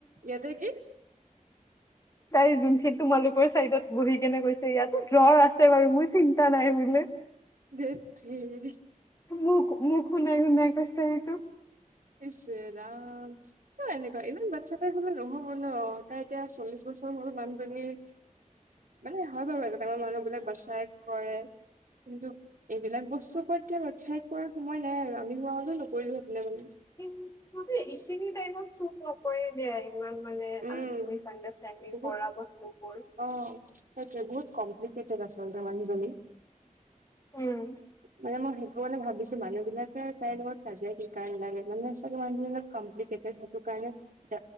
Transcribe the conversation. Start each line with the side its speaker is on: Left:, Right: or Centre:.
Right: ইয়াতে কি?
Left: তাই যোনখিনি তোমালোকৰ চাইডত বহি কেনে কৈছে ইয়াতো দৰ আছে বাৰু মোৰ চিন্তা নাই বোলে।
Right: ধেত তেৰি।
Left: মোক মোক শুনাই শুনাই কৈছে সেইটো
Right: ইচ ৰাম। কিয় এনেকুৱা ইমান বাচ্ছা তাইপ হ'লে নহ'ব ন তাই এতিয়া চল্লিশ বছৰ হল মানুজনীৰ মানে হয় বাৰু এটা টাইমত মানুহবিলাক বচাই কৰে কিন্তু এইবিলাক বস্তুৰ ওপৰত এতিয়া বাচাই কৰা সময় নাই আৰু আমি হোৱা হলেও নকৰিলো হেতেন মানে
Left: কিন তুদে ইশিনী টাইমত চুক নকৰে এনেই আইঐ <unintelligible> তুৱাঙমাৰ মানে
Right: উম
Left: মিছ আডাৰেডিং
Right: বহুত
Left: কৰা বস্তুবোৰ
Right: অ সেইটোৱে বহুত কম্প্লিকেটেড আচলতে মানুহজনী
Left: উম
Right: মানে মই সেইটো কাৰণে ভাবিছো মানুহ বিলাক তাই লগত কাজিয়া কি কাৰণে লাগে মানে মানে কম্প্লিকেটেড হেতটো কাৰণে এ